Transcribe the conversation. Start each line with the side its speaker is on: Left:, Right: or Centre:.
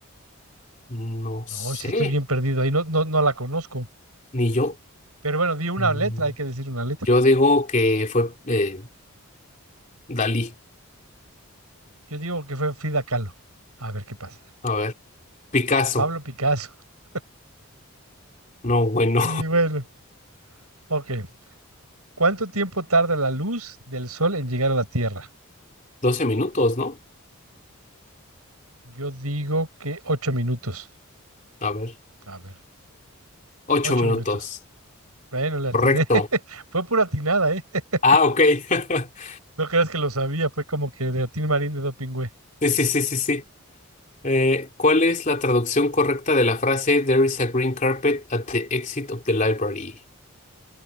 Left: no
Right: No,
Left: sé,
Right: sí estoy bien perdido ahí, no, no, no la conozco.
Left: ni yo.
Right: Pero bueno, di una
Left: Mm,
Right: letra, hay que decir una letra.
Left: Yo digo que fue eh, Dalí.
Right: Yo digo que fue Frida Kahlo. A ver qué pasa.
Left: A ver, Picasso.
Right: Pablo Picasso. <laughs>
Left: No, bueno,
Right: Ni bueno. Ok. ¿Cuánto tiempo tarda la luz del sol en llegar a la Tierra?
Left: <laughs> doce minutos, ¿no?
Right: Yo digo que ocho minutos.
Left: A ver,
Right: A ver,
Left: ocho
Right: ocho
Left: minutos.
Right: minutos. Bueno, le atiné.
Left: Correcto.
Right: <laughs> Fue pura atinada, ¿eh? <laughs>
Left: Ah, ok. <laughs>
Right: No creas que lo sabía, fue como que de Atín Marín de Dopingüe.
Left: Sí, sí, sí, sí, sí. Eh, ¿cuál es la traducción correcta de la frase There is a green carpet at the exit of the library?